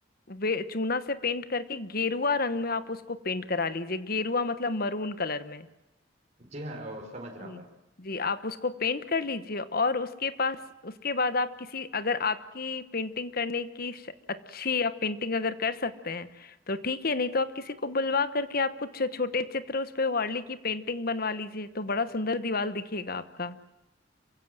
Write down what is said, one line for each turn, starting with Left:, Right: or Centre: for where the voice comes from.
Left: वे चूना से पेंट करके गेरुआ रंग में आप उसको पेंट करा लीजिए गेरुआ मतलब मरून कलर में
Right: जी हाँ और समझ रहा
Left: जी
Right: हूँ मैं
Left: जी आप उसको पेंट कर लीजिए और उसके पास उसके बाद आप किसी अगर आपकी पेंटिंग करने की श- अच्छी आप पेंटिंग अगर कर सकते हैं तो ठीक है नहीं तो आप किसी को बुलवा करके आप कुछ छोटे चित्र उस पे वार्ली की पेंटिंग बनवा लीजिए तो बड़ा सुंदर दीवार दिखेगा आपका